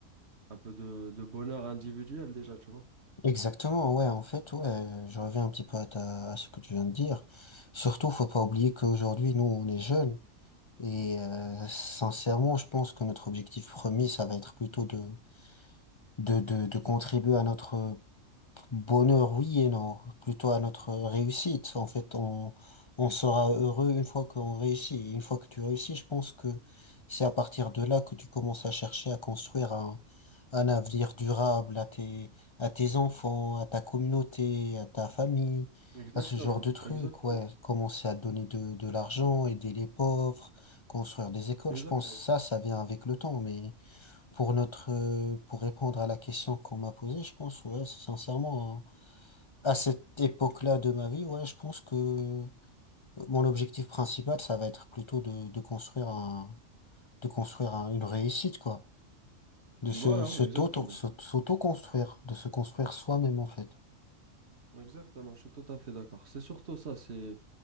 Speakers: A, on the right; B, on the left.
A: un peu de, de bonheur individuel déjà, tu vois.
B: Exactement, ouais, en fait, ouais, je reviens un petit peu à ta, à ce que tu viens de dire. Surtout, faut pas oublier qu'aujourd'hui, nous, on est jeunes. Et euh, sincèrement, je pense que notre objectif premier, ça va être plutôt de, de, de, de contribuer à notre bonheur, oui et non, plutôt à notre réussite. En fait, on, on sera heureux une fois qu'on réussit. Et une fois que tu réussis, je pense que c'est à partir de là que tu commences à chercher à construire un, un avenir durable à tes, à tes enfants, à ta communauté, à ta famille,
A: Exactement,
B: à ce genre de trucs,
A: exactement,
B: ouais. Commencer à donner de, de l'argent, aider les pauvres, construire des écoles.
A: exactement.
B: Je pense que ça, ça vient avec le temps. Mais pour notre, euh, pour répondre à la question qu'on m'a posée, je pense, ouais, sincèrement, hein, à cette époque-là de ma vie, ouais, je pense que euh, mon objectif principal, ça va être plutôt de, de construire un, de construire un- une réussite, quoi de se,
A: Voilà,
B: se t'auto,
A: exactement.
B: se- s'auto-construire, de se construire soi-même en fait.
A: Exactement, je suis tout à fait d'accord. C'est surtout ça, c'est